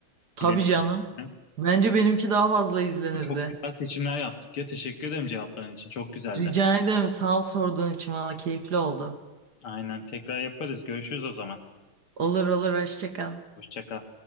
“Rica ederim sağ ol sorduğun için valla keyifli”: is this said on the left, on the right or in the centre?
Right